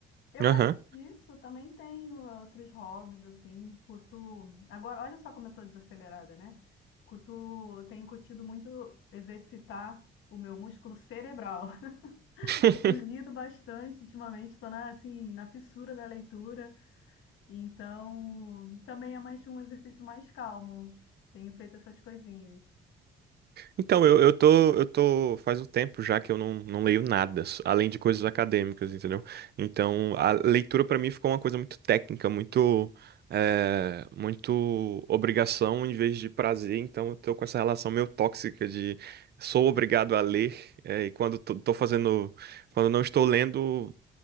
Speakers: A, on the left (about 85°); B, on the right (about 55°).
A: Eu,
B: Aham.
A: além disso, também tenho outros hobbies, assim, curto... Agora, olha só como eu tô desacelerada, né? Curto... Tenho curtido muito exercitar o meu músculo cerebral. <laughs>
B: <laughs>
A: Tenho lido bastante ultimamente, estou na, assim, na fissura da leitura, então também é mais um exercício mais calmo. Tenho feito essas coisinhas.
B: Então, eu, eu tô, eu tô, faz um tempo já que eu não, não leio nada, s- além de coisas acadêmicas, entendeu? Então, a leitura pra mim ficou uma coisa muito técnica, muito, é, muito obrigação em vez de prazer. Então, eu tô com essa relação meio tóxica de sou obrigado a ler, é, e quando tô, tô fazendo, quando não estou lendo,